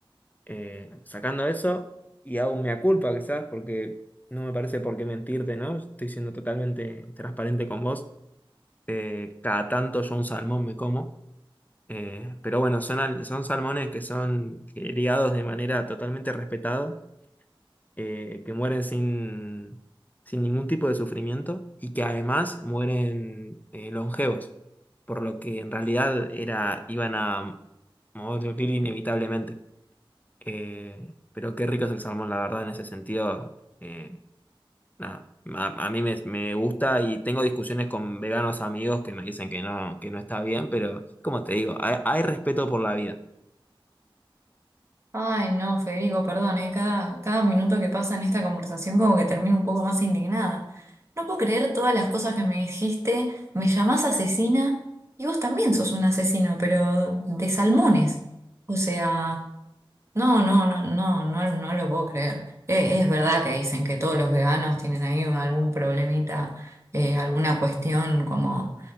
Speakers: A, on the left (about 20°); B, on the right (about 30°).
A: Eh, sacando eso, y aún me culpa quizás, porque no me parece por qué mentirte, ¿no? Estoy siendo totalmente transparente con vos. Eh, cada tanto yo un salmón me como. Eh, pero bueno, son, al- son salmones que son criados de manera totalmente respetada, eh, que mueren sin, sin ningún tipo de sufrimiento y que además mueren eh, longevos, por lo que en realidad era, iban a morir inevitablemente. Eh, pero qué rico es el salmón, la verdad, en ese sentido. eh, nada, a, a mí me, me gusta y tengo discusiones con veganos amigos que me dicen que no, que no está bien, pero como te digo, hay hay respeto por la vida.
B: Ay, no, Federico, perdón, eh, Cada, cada minuto que pasa en esta conversación como que termino un poco más indignada. No puedo creer todas las cosas que me dijiste, me llamás asesina y vos también sos un asesino, pero de salmones. O sea, no, no, no, no, no, no lo puedo creer. Eh, es verdad que dicen que todos los veganos tienen ahí algún problemita, eh, alguna cuestión como...